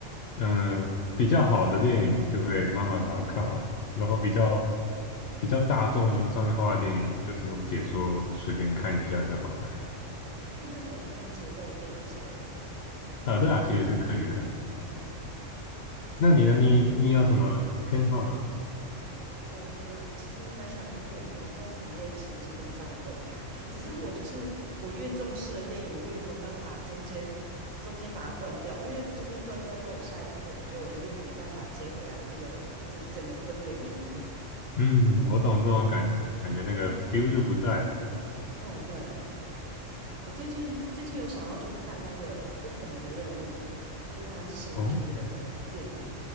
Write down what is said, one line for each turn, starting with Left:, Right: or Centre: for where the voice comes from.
Left: 嗯，
Right: 嗯
Left: 比较好的电影就会慢慢把它看完，然后比较
Right: 嗯，
Left: 比较大众商业化的电影，就是用解说随便看一下就好了。
Right: 所以那种慢节奏的电影你是 OK 的。
Left: 啊，对啊，其实是可以的。
Right: 哦，
Left: 那你呢？你你有什么偏好吗？
Right: 我我其实蛮喜欢看电影的，然后什么类型基本上都看，只是我就是我越重视的电影，我越没有办法中间中间把它断掉，因为中间断掉之后，我下一次可能就有点没办法接回来那个整整个氛围里面。<laughs>
Left: 嗯，我懂这种感觉，感觉那个
Right: 嗯
Left: feel 就不在了。
Right: 嗯，对，我最近最近有想要去看那个《不可能的任务》，就是他新出的电影。
Left: 哦